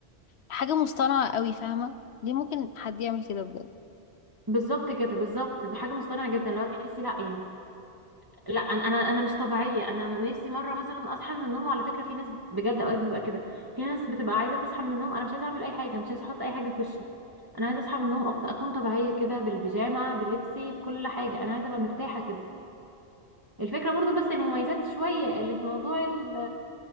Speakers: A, on the left (about 75°); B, on the right (about 20°).
A: حاجة مصطنعة قوي فاهمة ليه ممكن حد يعمل كده بجد
B: بالظبط كده بالظبط بحاجه مصطنعه جدا لو تحسي لا يعني لا انا انا انا مش طبيعيه انا نفسي مره مثلا اصحى من النوم وعلى فكره في ناس بجد اوقات بيبقى كده في ناس بتبقى عايزه تصحى من النوم انا مش عايزه اعمل اي حاجه مش عايزه احط اي حاجه في وشي انا عايزه اصحى من النوم افضل اكون طبيعيه كده بالبيجامه بلبسي بكل حاجه انا عايزه ابقى مرتاحه كده الفكره برضو بس المميزات شويه اللي في موضوع ال-